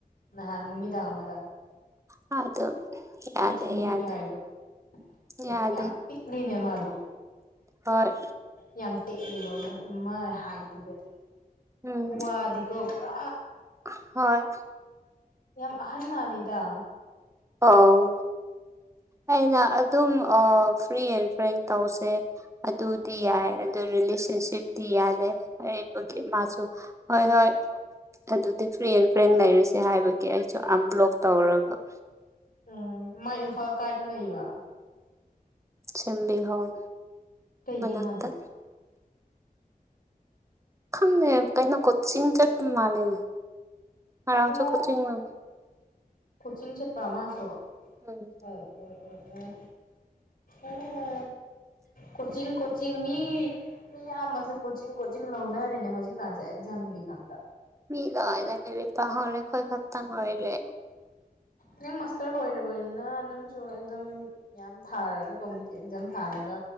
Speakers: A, on the left; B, on the right.
A: ꯅꯍꯥꯟ ꯅꯨꯃꯤꯗꯥꯡ ꯑꯃꯗ
B: ꯑ ꯑꯗꯣ ꯌꯥꯗꯦ
A: ꯅꯪ ꯊꯤꯟꯕꯤꯈ꯭ꯔꯦ
B: ꯌꯥꯗꯦ
A: ꯍꯥꯏꯗꯣ ꯌꯥ
B: ꯌꯥꯗꯦ
A: ꯌꯥꯝ ꯄꯤꯛꯂꯤꯅꯦ ꯃꯥꯗꯨ
B: ꯍꯣꯏ
A: ꯌꯥꯝ ꯇꯦꯂꯦꯕ ꯃꯥꯏ ꯍꯥꯏꯗꯨꯒ
B: ꯎꯝ
A: ꯋꯥꯗꯤꯀꯣ ꯄꯨꯔꯥ
B: ꯍꯣꯏ
A: ꯌꯥꯝ ꯑꯍꯟ ꯃꯥꯜꯂꯤꯗ
B: ꯑꯣꯑꯣ ꯑꯩꯅ ꯑꯗꯨꯝ ꯑ ꯐ꯭ꯔꯤ ꯑꯦꯟ ꯐ꯭ꯔꯦꯟ ꯇꯧꯁꯦ ꯑꯗꯨꯗꯤ
A: ꯎꯝ
B: ꯌꯥꯏ ꯑꯗꯨ ꯔꯤꯂꯦꯁꯟꯁꯤꯞ ꯗꯤ ꯌꯥꯗꯦ ꯑꯩꯕꯨꯗꯤ ꯃꯥꯁꯨ ꯍꯣꯏ ꯍꯣꯏ ꯑꯗꯨꯗꯤ ꯐ꯭ꯔꯤ ꯑꯦꯟ ꯐ꯭ꯔꯦꯡ ꯂꯩꯔꯤꯁꯦ ꯍꯥꯏꯕꯒꯤ ꯑꯩꯁꯨ ꯑꯟꯕ꯭ꯂꯣꯛ ꯇꯧꯔꯕ
A: ꯎꯝ ꯃꯥꯥꯏ ꯏꯝꯐꯥꯜ ꯀꯥꯏꯗ ꯂꯩꯕ
B: ꯑꯁꯦꯝꯕꯂꯤ ꯍꯣꯜ
A: ꯀꯩꯒꯤ
B: ꯃꯅꯥꯛꯇ
A: ꯃꯥꯗꯤ
B: ꯈꯪꯗꯦ ꯀꯩꯅꯣ ꯀꯣꯆꯤꯡ ꯆꯠꯄ ꯃꯥꯜꯂꯦ ꯉꯔꯥꯡꯁꯨ
A: ꯑꯣ
B: ꯀꯣꯆꯤꯡꯂꯥ
A: ꯀꯣꯆꯤꯡ ꯆꯠꯄ ꯃꯁꯨ
B: ꯎꯝ
A: ꯍꯣꯏ ꯑꯣ ꯑꯣ ꯑꯣ ꯑ ꯀꯣꯆꯤꯡ ꯀꯣꯆꯤꯡ ꯃꯤ ꯃꯤꯌꯥꯝꯕꯁꯦ ꯀꯣꯆꯤꯡ ꯀꯣꯆꯤꯡ ꯂꯧꯅꯔꯦꯅꯦ ꯍꯧꯖꯤꯛꯀꯥꯟꯁꯦ ꯑꯦꯛꯖꯥꯝꯒꯤ ꯉꯥꯛꯇ
B: ꯃꯤ ꯂꯣꯏꯅ ꯂꯩꯔꯤꯛ ꯇꯧꯍꯧꯔꯦ ꯑꯈꯣꯏ ꯈꯛꯇ ꯉꯥꯏꯔꯦ
A: ꯅꯪ ꯃꯥꯁꯇꯔ ꯂꯣꯏꯔꯕꯅꯤꯅ ꯅꯪꯁꯨ ꯑꯦꯝꯖꯥꯝ ꯌꯥꯝ ꯊꯥꯔꯒ ꯀꯝꯄꯤꯇꯤꯇꯤꯚ ꯑꯦꯛꯖꯥꯝ ꯊꯥꯔꯒ